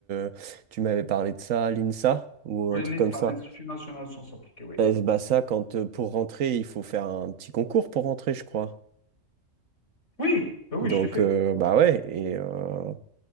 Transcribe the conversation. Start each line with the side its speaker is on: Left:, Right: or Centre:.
Right: tu, tu m'avais parlé de ça, l'INSA, ou
Left: Oui,
Right: un truc
Left: l'INSA,
Right: comme ça.
Left: l'Institut national de sciences appliquées, oui.
Right: Eh, bah ça, quand euh, pour rentrer, il faut faire un petit concours pour rentrer, je crois.
Left: Oui, ben oui,
Right: Donc
Left: je l'ai fait.
Right: euh, bah ouais, et euh,